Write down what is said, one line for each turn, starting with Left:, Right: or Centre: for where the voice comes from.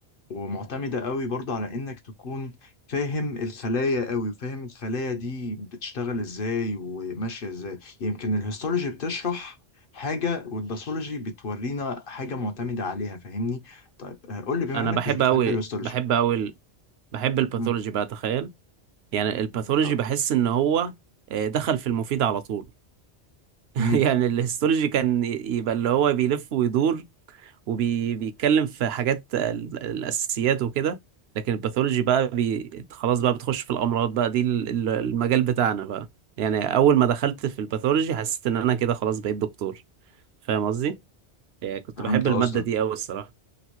Left: ومعتمدة قوي برضو على إنك تكون فاهم الخلايا قوي فاهم الخلايا دي بتشتغل إزاي وماشية إزاي يمكن الهيستولوجي بتشرح حاجة والباثولوجي بتورينا حاجة معتمدة عليها فاهمني طيب آه، قول لي بما
Right: انا
Left: إنك
Right: بحب
Left: مش بتحب
Right: قوي
Left: الهيستولوجي
Right: بحب قوي ال- بحب الباثولوجي
Left: مم،
Right: بقى تخيل يعني الباثولوجي
Left: طب-
Right: بحس ان هو آه، دخل في المفيد على طول <laughs>
Left: مم،
Right: يعني الهيستولوجي كان ي- يبقى اللي هو بيلف ويدور وبيتكلم في حاجات ال- الأساسيات وكده لكن الباثولوجي بقى بي... خلاص بقى بتخش في الأمراض بقى دي ال- ال- المجال بتاعنا بقى يعني أول ما دخلت في الباثولوجي حسيت إن أنا كده خلاص بقيت دكتور فاهم قصدي؟ يعني كنت
Left: فهمت
Right: بحب المادة
Left: قصدك
Right: دي أوي الصراحة